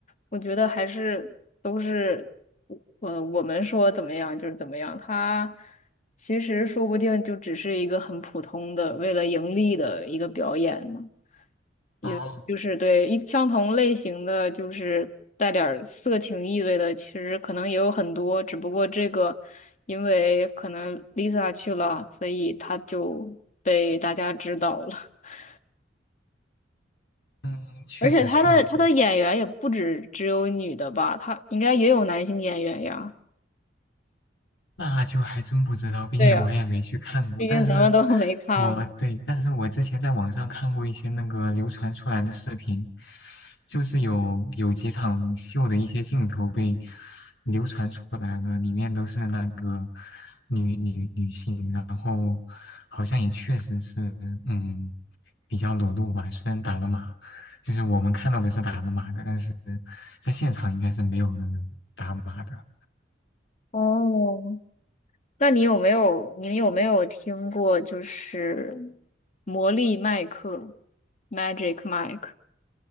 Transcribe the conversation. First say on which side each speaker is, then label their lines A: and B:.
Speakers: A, on the left (about 40°); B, on the left (about 70°).
A: 我觉得还是都是，我我们说怎么样就是怎么样。它其实说不定就只是一个很普通的为了盈利的一个表演呢。也就是对一相同类型的，
B: 哦，
A: 就是带点儿色情意味的，其实可能也有很多，只不过这个因为可能 Lisa 去了，所以她就被大家知道了。<laughs>
B: 嗯，确实确实，
A: 而且她的她的演员也不止只有女的吧，她应该也有男性演员呀。
B: 那就还真不知道，毕竟我也没去看过。
A: 对呀，毕竟咱们都
B: 但是
A: <laughs> 没看过。
B: 我，对，但是我之前在网上看过一些那个流传出来的视频，就是有有几场秀的一些镜头被流传出来了，里面都是那个女女女性，然后好像也确实是，嗯，比较裸露吧。虽然打了码，就是我们看到的是打了码的，但是在现场应该是没有那个打码的。
A: 哦，那你有没有你们有没有听过就是魔力麦克 （Magic Mike）？